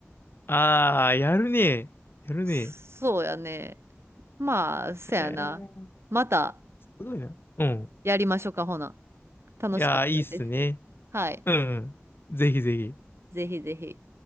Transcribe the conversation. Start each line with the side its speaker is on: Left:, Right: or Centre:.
Left: ああ、やるね。やるね。
Right: そうやね。まあ、そやな。
Left: えー、
Right: また
Left: すごいな。うん。
Right: やりましょうか、ほな。楽しかったです。
Left: いやー、いいっすね。
Right: はい。
Left: うん、うん。ぜひぜひ。
Right: ぜひぜひ。